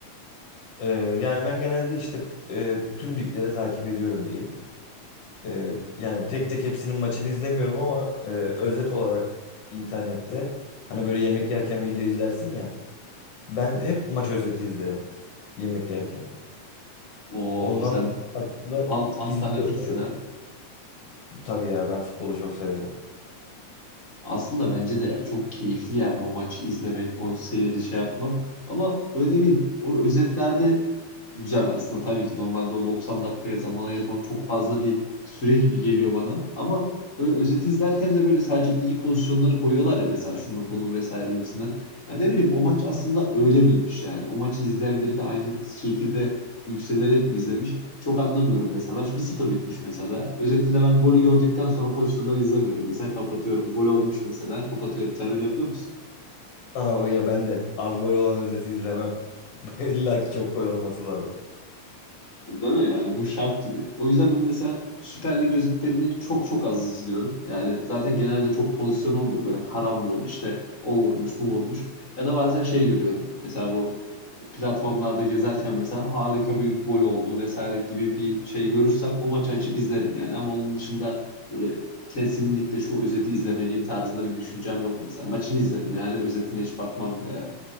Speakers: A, on the left (about 55°); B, on the left (about 35°).
A: Ee, yani ben genelde işte e, tüm ligleri takip ediyorum diyeyim. Ee, yani tek tek hepsinin maçını izlemiyorum ama e, özet olarak internette hani böyle yemek yerken video izlersin ya. Ben hep maç özeti izlerim yemek yerken.
B: Oo
A: Ondan
B: sen
A: aslında
B: tam, tam
A: izliyor
B: fanatiksin
A: sayılırım.
B: ha.
A: Tabii ya ben futbolu çok severim.
B: Aslında bence de ya, çok keyifli yani o maçı izlemek, o seyri şey yapmak. Ama böyle ne bileyim o özetlerde güzel aslında tabii ki normalde o 90 dakikaya zaman ayırmak çok fazla bir süre gibi geliyor bana. Ama böyle özeti izlerken de böyle sadece iyi pozisyonları koyuyorlar ya mesela şunu bunu vesaire gibisinden. Yani ne bileyim o maç aslında öyle miymiş yani. O maçı izleyen biri de aynı şekilde yükselerek mi izlemiş? Çok anlamıyorum mesela. Maç bir sıfır bitmiş mesela. Özetinde ben golü gördükten sonra pozisyonları izlemiyorum. Mesela kapatıyorum. Gol olmuş mesela. Kapatıyorum. Sen öyle yapıyor musun?
A: Aa, o ya ben de az gol olan özeti izlemem. <laughs> İlla ki çok gol olması lazım.
B: E, Değil mi? Yani bu şart gibi. O yüzden ben mesela Süper Lig özetlerini çok çok az izliyorum. Yani zaten genelde çok pozisyon olmuyor. Böyle karambol işte o vurmuş bu vurmuş. Ya da bazen şey görüyorum. Mesela bu platformlarda gezerken mesela harika bir gol oldu vesaire gibi bir şey görürsem o maçı açıp izlerim yani. Ama onun dışında böyle kesinlikle şu özeti izlemeliyim tarzında bir düşüncem yok mesela. Maçını izlerim yani özetine hiç bakmam bile yani.